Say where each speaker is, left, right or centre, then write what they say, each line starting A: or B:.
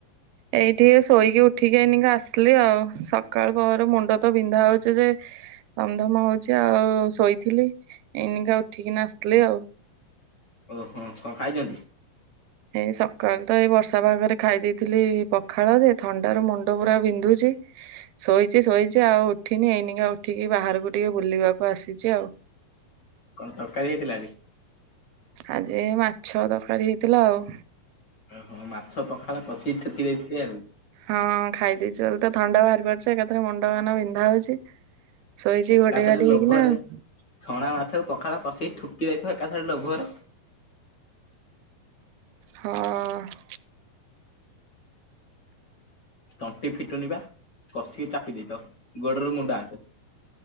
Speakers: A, on the right; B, on the left.
A: ଏଇଠି ଶୋଇକି ଉଠିକି ଏଇନିକା ଆସିଲି ଆଉ ସକାଳ ପହରୁ ମୁଣ୍ଡ ତ ବିନ୍ଧା ହଉଛି ଯେ ଧମଧମା ହଉଛି ଆଉ ଶୋଇଥିଲି ଏଇନିକା ଉଠିକିନା ଆସିଲି ଆଉ।
B: ଓହୋ ହଁ କଁ ଖାଇଛନ୍ତି?
A: ଏଇ ସକାଳୁ ତ ଏ ବର୍ଷା ପାଗରେ ଖାଇ ଦେଇଥିଲି ପଖାଳ ଯେ ଥଣ୍ଡାରୁ ମୁଣ୍ଡ ପୁରା ବିନ୍ଧୁଚି ଶୋଇଛି ଶୋଇଛି ଆଉ ଉଠିନି ଏଇନିକା ଉଠିକି ବାହାରକୁ ଟିକେ ବୁଲିବାକୁ ଆସିଛି ଆଉ।
B: କଣ ତରକାରୀ ହେଇଥିଲା ଆଜି?
A: ଆଜି ମାଛ ତରକାରୀ ହେଇଥିଲା ଆଉ।
B: ଓହୋ ମାଛ ପଖାଳ କଷିକି ଠୁକି ଦେଇଥିବେ ଆଉ।
A: ହଁ ଖାଇ ଦେଇଛୁ ଆଉ ତ ଥଣ୍ଡା ବାହାରି ପଡ଼ିଛି ଏକାଥରେ ମୁଣ୍ଡ କାନ ବିନ୍ଧା ହଉଛି। ଶୋଇଛି
B: ଏକାଥରେ
A: ଘୋଡେଇ ଘାଡି ହେଇକିନା
B: ଲୋଭରେ
A: ଆଉ।
B: ଛଣା ମାଛକୁ ପଖାଳ କସିକି ଠୁକି ଦେଇଥିବ ଏକାଥରେ ଲୋଭରେ।
A: ହଁ।
B: ତଣ୍ଟି ଫିଟୁନି ବା କଷିକି ଚାପି ଦେଇଛ ଗୋଡ଼ରୁ ମୁଣ୍ଡ ହାତେ।